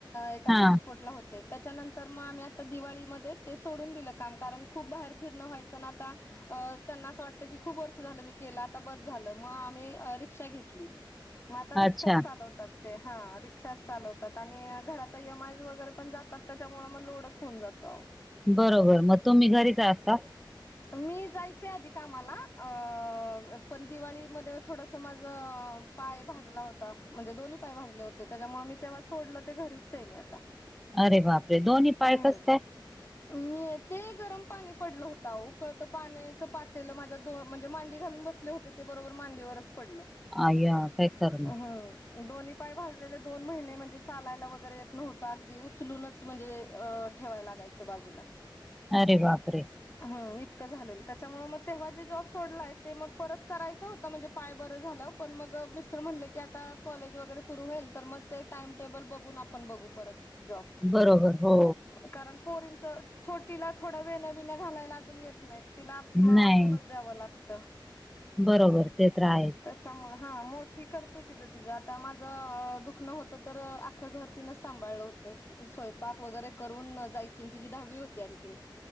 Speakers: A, on the left; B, in the centre.
A: एका
B: हा
A: ट्रान्सपोर्टला होते. त्याच्यानंतर मग आम्ही आता दिवाळीमध्ये ते सोडून दिलं. काम कारण खूप बाहेर फिरणं व्हायचं ना? आता अ त्यांना असं वाटतं की? खूप वर्ष झालं मी केल आता बस झालं मग आम्ही रीक्षा घेतली मग आता रिक्षाच
B: अच्छा
A: चालवतात. ते हा रिक्षाच चालवतात. आणि घराचा एम आय ज वगैरे पण जातात, त्याच्यामुळे मग लोडच होउन जातो.
B: बरोबर. मग तुम्ही घरीच असतात?
A: मी जायचे आधी कामाला. अं पण दिवाळीमध्ये थोडसं माझं पाय भाजला होता. म्हणजे दोन्ही पाय भाजले होते. त्याच्यामुळे मी तेव्हा सोडलं, ते घरीचये मी आता.
B: अरे बापरे! दोन्ही पाय
A: हम्म
B: कसं काय?
A: मी ते गरम पाणी पडलं होतं आओ. कळतं पाण्याचं पातेलं माझ्या दोन, म्हणजे मांडी घालून बसले होते, ते बरोबर मांडीवरच पडलं.
B: अय्या, काही खरं
A: हम्म
B: नाही.
A: दोन्ही पाय भाजलेले, दोन महिने म्हणजे चालायला वगैरे येत नव्हतं. अगदी उचलूनच म्हणजे अ ठेवाय लागायचं बाजूला.
B: अरे बापरे!
A: हम्म. इ झालेलं. त्याच्यामुळे मग तेव्हा जे जॉब सोडलाय, ते मग परत करायचा होता, म्हणजे पाय बरं झाल्यावर पण मग मी म्हणले की, आता कॉलेज वगैरे सुरू होईल. तर मग ते टाइम टेबल बघून आपण बघू परत जॉब.
B: बरोबर हो.
A: कारण पोरींचं छोटीला थोड्या वेण्या विण्या घालायला अजून येत नाहीत. तिला अ
B: नाही
A: आवरूनच द्यावं लागत.
B: बरोबर ते तर आहेच.
A: त्यामुळं, हा मोठी करते तिचं तिचं. आता माझं दुखणं होतं तर, आखं घर तिनं सांभाळलं होत. त स्वयंपाक वगैरे करून जायची. तिची दहावी होती आणखीन.